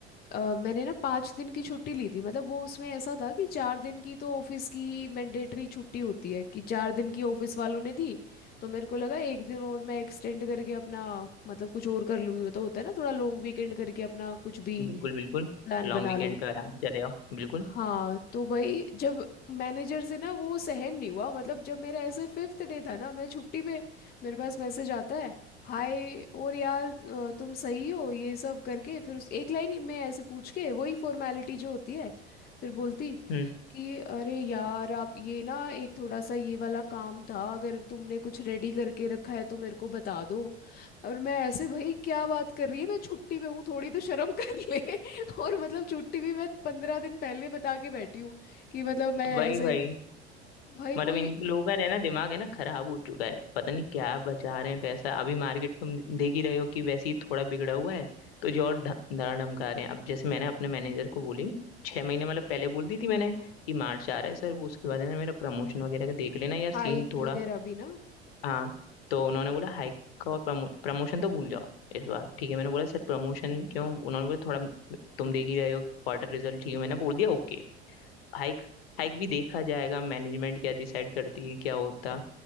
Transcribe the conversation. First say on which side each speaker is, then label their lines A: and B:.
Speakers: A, on the left; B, on the left.
A: अ, मैंने ना पाँच दिन की छुट्टी ली थी मतलब वो उसमें ऐसा था कि चार दिन की तो ऑफिस की मैंडेटरी छुट्टी होती है कि चार दिन की ऑफिस वालों ने दी तो मेरे को लगा एक दिन और मैं एक्सटेंड करके अपना मतलब कुछ और कर लूँगी वो तो होता है ना थोड़ा लॉन्ग वीकेंड करके अपना कुछ भी
B: बिल्कुल बिल्कुल
A: प्लान बना
B: लॉन्ग वीकेंड
A: लूँ
B: पे आराम से चले आओ बिल्कुल
A: हाँ तो भाई जब मैनेजर से ना वो सहन नहीं हुआ मतलब जब मेरा ऐसे फिफ्थ डे था ना मैं छुट्टी पे मेरे पास मैसेज आता है हाय और यार अ, तुम सही हो ये सब करके फिर उस एक लाइन में ऐसे पूछ के वही फॉर्मेलिटी जो होती है फिर बोलती
B: हम्म
A: कि अरे यार आप ये ना एक थोड़ा सा ये वाला काम था अगर तुमने कुछ रेडी करके रखा है तो मेरे को बता दो और मैं ऐसे भाई क्या बात कर रही है मैं छुट्टी पे हूँ थोड़ी तो शर्म कर ले <laughs> और मतलब छुट्टी भी मैं पंद्रह दिन पहले बता के बैठी हूँ कि मतलब मैं
B: वही
A: ऐसे
B: भाई
A: भाई
B: मतलब
A: कोई
B: इन लोगों का रहना दिमाग है ना खराब हो चुका है पता नहीं क्या बचा रहे हैं पैसा अभी मार्केट तुम देख ही रहे हो कि वैसे ही थोड़ा बिगड़ा हुआ है तो जो और ढ- धड़ा धमका रहे हैं अब जैसे मैंने अपने मैनेजर को बोली छह महीने मतलब पहले बोल दी थी मैंने कि मार्च आ रहा है सर वो उसके बाद है ना मेरा प्रमोशन वगैरह का देख लेना यार सीन
A: हाइक
B: थोड़ा
A: वगैरह भी ना
B: हाँ तो उन्होंने बोला हाइक का और प्रमो, प्रमोशन तो भूल जाओ इस बार ठीक है मैंने बोला सर प्रमोशन क्यों उन्होंने बोला थोड़ा तुम देख ही रहे हो क्वार्टर रिजल्ट ठीक है मैंने बोल दिया ओके हाइक हाइक भी देखा जाएगा मैनेजमेंट क्या डिसाइड करती है क्या होता